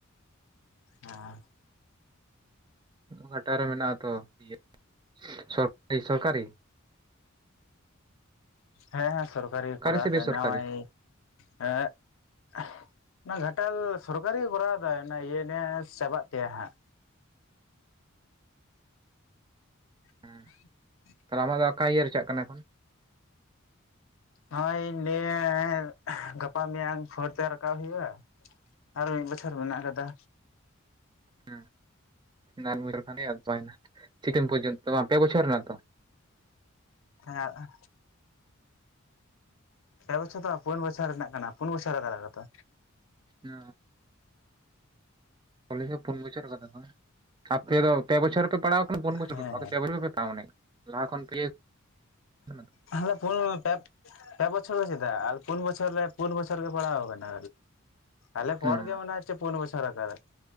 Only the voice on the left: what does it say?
ᱟᱨ
ᱦᱮᱸ ᱥᱚᱨᱠᱟᱨᱤ ᱠᱚᱨᱟᱣ
ᱫᱟᱭ
ᱱᱚᱜᱼᱚᱭ <unintelligible> ᱚᱱᱟ ᱜᱷᱟᱴᱟᱞ ᱥᱚᱨᱠᱟᱨᱤ ᱠᱚᱨᱟᱣ ᱫᱟᱭ ᱤᱭᱟᱹ ᱱᱮᱥ ᱪᱟᱵᱟᱜ ᱛᱟᱭᱟ ᱦᱟᱸᱜ <inaudible>
ᱦᱳᱭᱧ ᱞᱟᱹᱭ ᱮ ᱜᱟᱯᱟ ᱢᱮᱭᱟᱝ ᱯᱷᱳᱨ ᱛᱮ ᱨᱟᱠᱟᱵ ᱦᱩᱭᱩᱜᱼᱟ ᱟᱨ ᱢᱤᱫ ᱵᱚᱪᱷᱚᱨ ᱢᱮᱱᱟᱜ ᱟᱠᱟᱫᱟ
ᱦᱮᱸ ᱯᱮ ᱵᱚᱪᱷᱚᱨ ᱫᱚ ᱵᱟᱝ ᱯᱩᱱ ᱵᱚᱪᱷᱚᱨ ᱨᱮᱱᱟᱜ ᱠᱟᱱᱟ ᱯᱩᱱ ᱵᱚᱪᱷᱚᱨ ᱞᱟᱜᱟᱜᱼᱟ ᱛᱚ
ᱦᱮᱸ
ᱮᱦᱚᱯ ᱮᱦᱚᱯ ᱯᱩᱱ ᱯᱮ.... ᱯᱮ ᱵᱚᱪᱷᱚᱨ ᱫᱚ ᱪᱮᱫᱟᱜ ᱟᱨ ᱯᱩᱱ ᱵᱚᱪᱷᱚᱨ ᱨᱮ ᱯᱩᱱ ᱵᱚᱪᱷᱚᱨ ᱜᱮ ᱯᱟᱲᱟᱣ ᱟᱠᱟᱱᱟ ᱟᱞᱮ ᱯᱚᱨ
ᱜᱮ ᱢᱟᱱᱮ ᱦᱳᱪᱮ ᱯᱩᱱ ᱵᱚᱪᱷᱚᱨ ᱟᱠᱟᱫ